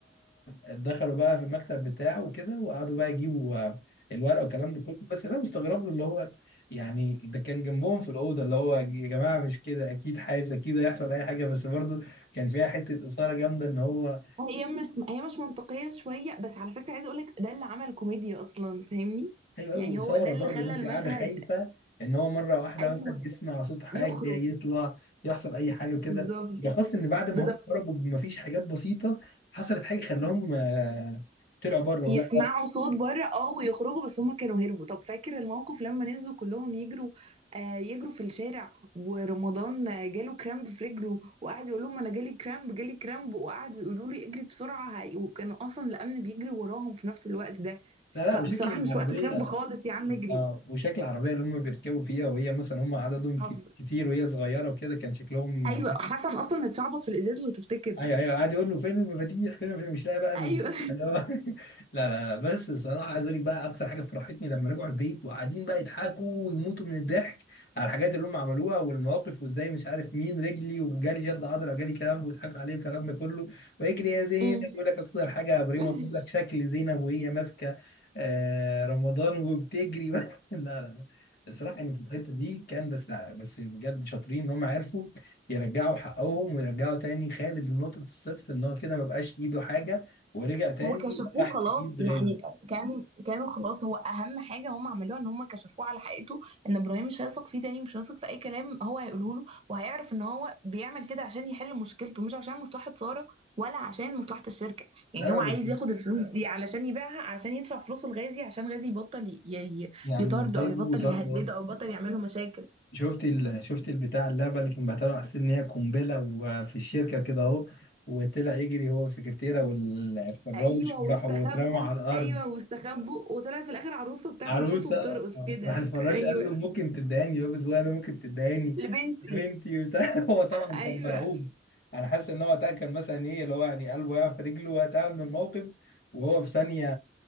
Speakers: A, on the left (about 55°); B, on the right (about 30°).
A: دخلوا بقى في المكتب بتاعه وكده وقعدوا بقى يجيبوا الورقه والكلام ده كله بس انا مستغرب له اللي هو يعني ده كان جنبهم في الاوضه اللي هو يا جماعه مش كده اكيد حاسس اكيد هيحصل اي حاجه بس برضو كان فيها حته اثاره جامده ان هو
B: هي مش هي مش منطقية شوية بس على فكرة عايزة اقولك ده اللي عمل كوميديا اصلا فاهمني
A: ايوه ايوه
B: يعني
A: اثاره
B: هو ده اللي
A: برضو
B: خلى
A: ان انت
B: المشهد
A: قاعده خايفه ان هو مره واحده
B: ايوه
A: مثلا يسمع صوت حاجه
B: يخرج
A: يطلع يحصل اي حاجه وكده
B: بالظبط
A: بالاخص ان بعد ما
B: بالظبط
A: هم خرجوا مفيش حاجات بسيطه حصلت حاجه خلاهم آه، طلعوا بره
B: يسمعوا
A: ولا
B: صوت بره اه ويخرجوا بس هم كانوا هربوا طب فاكر الموقف لما نزلوا كلهم يجروا آه يجروا في الشارع ورمضان آه، جاله كرامب في رجله وقعد يقول لهم انا جالي كرامب جالي كرامب وقعدوا يقولوا لي اجري بسرعه هي- وكانوا اصلا الامن بيجري وراهم في نفس الوقت ده
A: لا لا
B: فبصراحه
A: وشكل العربية
B: مش وقت كرامب خالص يا عم اجري
A: اه وشكل العربية اللي هم بيركبوا فيها وهي مثلا هم عددهم
B: حظ
A: ك- كتير وهي صغيرة وكده كان شكلهم
B: ايوه حسن اصلا اتشعبط في الازاز لو تفتكر
A: ايوه ايوه قاعد يقول له فين المفاتيح فين المفاتيح؟ مش لاقي بقى المفاتيح
B: ايوه
A: اللي هو <laughs> لا لا لا بس الصراحه عايز اقول لك بقى اكتر حاجه فرحتني لما رجعوا البيت وقاعدين بقى يضحكوا ويموتوا من الضحك على الحاجات اللي هم عملوها والمواقف وازاي مش عارف مين رجلي وجالي جد عضله جالي كلام ويضحكوا عليه والكلام ده كله ويجري يا زينب
B: <laughs>
A: يقول لك اكتر حاجه يا بريمه
B: أمم.
A: بيقول لك شكل زينب وهي ماسكه آه رمضان وبتجري <laughs> لا لا لا الصراحه يعني في الحته دي كان بس لا بس بجد شاطرين ان هم عرفوا يرجعوا حقهم ويرجعوا تاني خالد لنقطة الصفر ان هو كده ما بقاش في ايده حاجة ورجع تاني
B: وكشفوه
A: يبقى تحت
B: خلاص
A: ايد
B: يعني
A: غازي
B: كان كانوا خلاص هو اهم حاجه هم عملوها ان هم كشفوه على حقيقته ان ابراهيم مش هيثق فيه تاني مش هيثق في اي كلام هو هيقوله له وهيعرف ان هو بيعمل كده عشان يحل مشكلته مش عشان مصلحه ساره ولا عشان مصلحه الشركه يعني
A: لا لا
B: هو
A: بس
B: عايز ياخد الفلوس دي علشان يبيعها عشان يدفع فلوسه لغازي عشان غازي يبطل ي- ي-
A: يعني
B: يطارده
A: ضايقوه
B: او يبطل
A: وطردوا
B: يهدده او يبطل يعمل له مشاكل
A: شفت ال... شفت البتاع اللعبة اللي كان بعتها له على أساس ان هي قنبلة وفي الشركة كده اهو وطلع يجري هو والسكرتيرة والفراش
B: ايوه
A: وراحوا
B: واستخبوا
A: واترموا على الأرض
B: ايوه واستخبوا وطلعت في الاخر عروسه بتعمل
A: عروسه
B: صوت وبترقص
A: آه،
B: كده
A: راح الفراش
B: ايوه
A: قال له ممكن تدهني يابس وانا ممكن تدهني <laughs>
B: لبنتي
A: يا بنتي وبتاع <laughs> هو طبعا
B: ايوه
A: كان مرعوب انا حاسس ان هو وقتها كان مثلا ايه اللي هو يعني قلبه يقع في رجله وقتها من الموقف وهو في ثانيه